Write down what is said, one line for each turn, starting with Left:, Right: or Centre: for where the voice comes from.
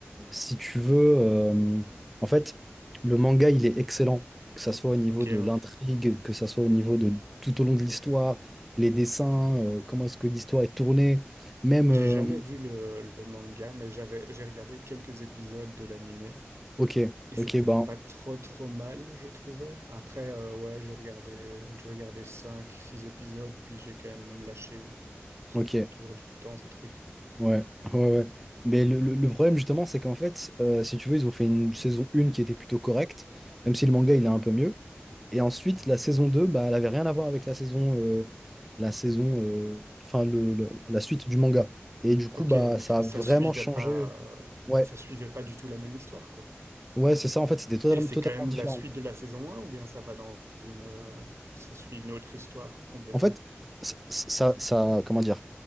Centre: si tu veux, euh, en fait, le manga, il est excellent. Que ça soit au niveau
Right: Ok,
Centre: de l'intrigue,
Right: ouais.
Centre: que ça soit au niveau de tout au long de l'histoire, les dessins, euh, comment est-ce que l'histoire est tournée. Même,
Right: J'ai
Centre: euh,
Right: jamais vu le, le manga, mais j'avais, j'ai regardé quelques épisodes de l'animé
Centre: ok,
Right: et
Centre: ok,
Right: c'était
Centre: ben,
Right: pas trop trop mal, je trouvais. Après, euh, ouais, j'ai regardé, j'ai regardé 5 6 épisodes, puis j'ai quand même lâché. Ça
Centre: ok.
Right: prend toujours du temps, ces trucs.
Centre: Ouais, ouais, ouais. Mais le, le- le problème, justement, c'est qu'en fait, euh, si tu veux, ils ont fait une saison 1 qui était plutôt correcte, même si le manga, il est un peu mieux. Et ensuite, la saison 2 bah, elle avait rien à voir avec la saison, euh, la saison, euh, enfin, le, le- la suite du manga. Et du coup,
Right: Ok,
Centre: bah,
Right: donc
Centre: ça a
Right: ça
Centre: vraiment
Right: suivait
Centre: changé.
Right: pas, euh,
Centre: Ouais,
Right: ça suivait pas du tout la même histoire, quoi.
Centre: ouais, c'est ça, en fait, c'était totalement,
Right: Et c'est
Centre: totalement
Right: quand même
Centre: différent.
Right: la suite de la saison un ou bien ça va dans une, euh, ça suit une autre histoire complètement?
Centre: En fait, ça, ça, ça- comment dire,